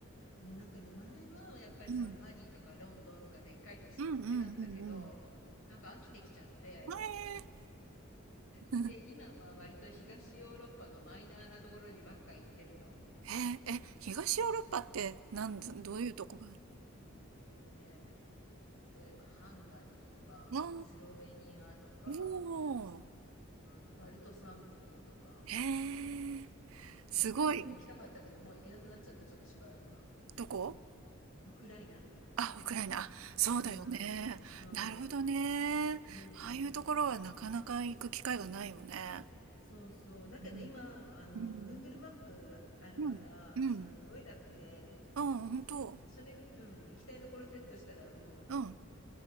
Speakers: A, on the left; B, on the right.
A: うん、なんかね、前はやっぱりそのパリとかロンドンとかでっかい都市に行ってたんだけど、
B: うん。うんうんうんうん。
A: なんか飽きてきちゃって、
B: ええ <laughs>
A: で、今は割と東ヨーロッパのマイナーなところにばっか行ってるの。
B: へえ、え、東ヨーロッパってなんだ、どういうとこがある
A: よえっとね、例えばハンガリーとか、
B: ああ、
A: スロベニアとか、
B: おおー、
A: あの、バルト三国とか、
B: へえ、すごい、
A: ウクライナも行きたかったけど、もう行けなくなっちゃった、ちょっとしばらくは。
B: どこ
A: ウクライナ。
B: あ、ウクライナ。あ、そうだよね。
A: うん。うん。
B: なるほどね。
A: うん。
B: ああいうところはなかなか行く機会がないよね。
A: そうそう。だけど今、
B: うん。
A: あの、
B: うん。
A: Google マップあるから、
B: うん。うん。
A: すごい楽で、
B: あ、本当。
A: それ、うん、行きたいところセットしたら、もう、
B: うん。